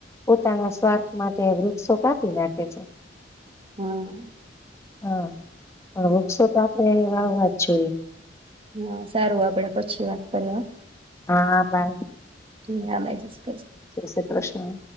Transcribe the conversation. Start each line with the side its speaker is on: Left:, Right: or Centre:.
Left: પોતાના સ્વાર્થ માટે વૃક્ષો કાપી નાખે છે.
Right: હમ્મ.
Left: હા. હ, વૃક્ષો તો આપડે એ વાવાત <unintelligible>
Right: હા, સારું આપડે પછી વાત કરીએ હોં.
Left: હા, બાય.
Right: <unintelligible>
Left: જય શ્રી કૃષ્ણ.